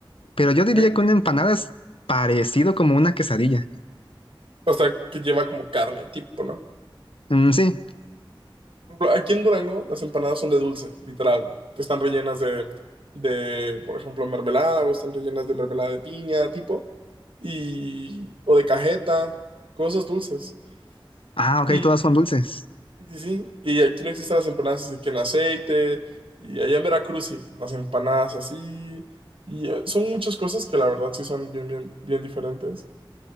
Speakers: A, on the left (about 85°); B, on the right (about 75°).
A: Pero yo diría
B: ¿Qué?
A: que una empanada es parecido como una quesadilla.
B: O sea, que lleva como carne, tipo, ¿no?
A: Mm, sí.
B: Por ejemplo, Aquí en Durango las empanadas son de dulce, literal. Están rellenas de, de, por ejemplo, mermelada o están rellenas de mermelada de piña, tipo, y, o de cajeta, cosas dulces.
A: Ah, ok,
B: y
A: todas son dulces.
B: Sí, sí, sí. Y aquí no existen las empanadas así que en aceite. Y allá en Veracruz sí, las empanadas así. Y eh, son muchas cosas que la verdad sí son bien, bien, bien diferentes.